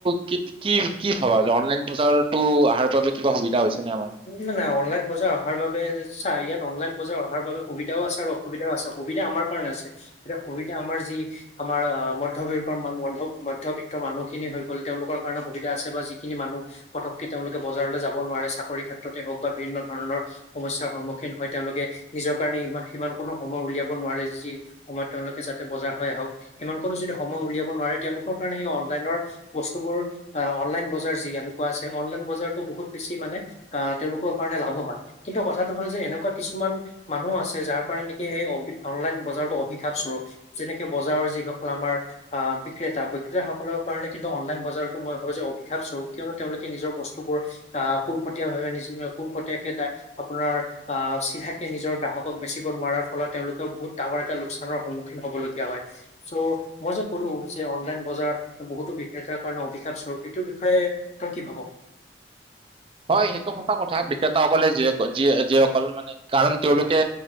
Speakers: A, on the right (about 30°); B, on the left (about 35°).
A: কি কি কি ভাবা যে অনলাইন বজাৰতো আহাৰ পৰা কিবা সুবিধা হৈছে নে আমাৰ।
B: না নাই অনলাইন বজাৰ অহাৰ বাবে চা ইয়াত অনলাইন বজাৰ অহাৰ বাবে সুবিধাও আছে আৰু অসুবিধাও আছে সুবিধা আমাৰ কাৰণে আছে এতিয়া সুবিধা আমাৰ যি আমাৰ আহ মধ্যবৰ্গৰ মানু মধ্য মধ্যবিত্তৰ মানুহখিনি হৈ গ'ল তেওঁলোকৰ কাৰণে সুবিধা আছে বা যিখিনি মানুহ পটককে তেওঁলোকে বজাৰলৈ যাব নোৱাৰে চাকৰিৰ ক্ষেত্ৰতে হওক বা বিভিন্ন ধৰণৰ সমস্যাৰ সন্মুখীন হয় তেওঁলোকে নিজৰ কাৰণে ইমান সিমান কণো সময় উলিয়াব নোৱাৰে যি সময়ত তেওঁলোকে যাতে বজাৰ হৈ আহক সিমান কণো যদি সময় উলিয়াব নোৱাৰে তেওঁলোকৰ কাৰণে সেই অনলাইনৰ বস্তুবোৰ আ অনলাইন বজাৰ যি আমি কোৱা আছে অনলাইন বজাৰতো বহুত বেছি মানে আহ তেওঁলোকৰ কাৰণে লাভৱান কিন্তু কথাটো হ'ল যে এনেকুৱা কিছুমান মানুহ আছে যাৰ কাৰণে নিকি সেই অভি অনলাইন বজাৰতো অভিশাপ স্বৰুপ। যেনেকে বজাৰৰ যিসকল আমাৰ আহ বিক্ৰেতা বিক্ৰেতাসকলৰ কাৰণে কিন্তু অনলাইন বজাৰতো মই ভাবো যে অভিশাপ স্বৰূপ কিয়নো তেওঁলোকে নিজৰ বস্তুবোৰ আহ পোনপটীয়া ভাৱে নিজ পোনপটীয়াকে দা আপোনাৰ আ চিধাকে নিজৰ গ্ৰাহকক বেচিব নোৱাৰাৰ ফলত তেওঁলোকেও বহুত ডাঙৰ এটা লোকচানৰ সন্মুখীন হবলগীয়া হয় চৌ মই যে ক'লো যে অনলাইন বজাৰ বহুতো বিক্ৰেতাৰ কাৰণে অভিশাপ স্বৰূপ এইটোৰ বিষয়ে তই কি ভাব
A: হয় সেইটো সঁচা কথা বিক্ৰেতাসকলে যিয়ে যিয়ে যিসকল মানে কাৰণ তেওঁলোকে